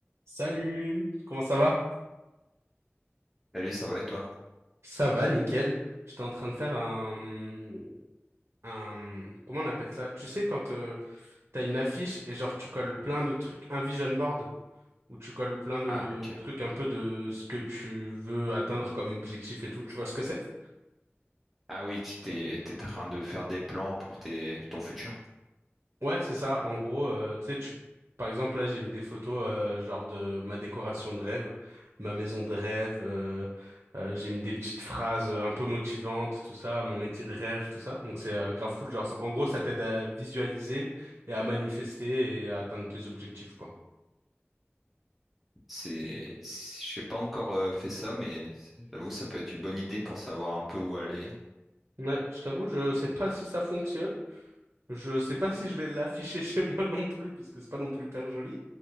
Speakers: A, on the right; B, in the centre.
A: Salut, comment ça va?
B: Salut, ça va et toi?
A: Ça va, nickel. J'étais en train de faire un, un, comment on appelle ça? Tu sais, quand euh, t'as une affiche et genre tu colles plein de trucs, un vision board, où tu colles plein de
B: Ah, ok.
A: trucs un peu de ce que tu veux atteindre comme objectif et tout, tu vois ce que c'est?
B: Ah oui, tu t'es, t'es en train de faire des plans pour tes, ton futur.
A: Ouais, c'est ça. En gros, euh, tu sais, tu, par exemple, là, j'ai mis des photos euh, genre de ma décoration de rêve, ma maison de rêve. euh, euh, j'ai mis des petites phrases euh, un peu motivantes, tout ça, mon métier de rêve, tout ça. Donc c'est euh, grave cool. Genre, ça- en gros, ça t'aide à visualiser et à manifester et à atteindre tes objectifs, quoi.
B: C'est, je n'ai pas encore euh, fait ça, mais c'est- j'avoue, ça peut être une bonne idée pour savoir un peu où aller.
A: Ouais, je t'avoue, je sais pas si ça fonctionne. Je sais pas si je vais l'afficher <laughs> chez moi non plus, parce que c'est pas non plus hyper joli.